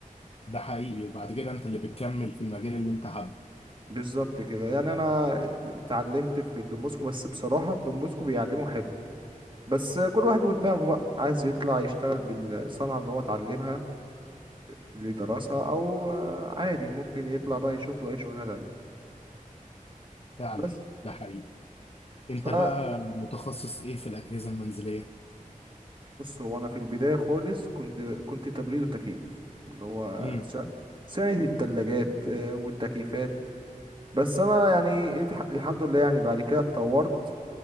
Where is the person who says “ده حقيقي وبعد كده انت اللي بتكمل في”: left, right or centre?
Left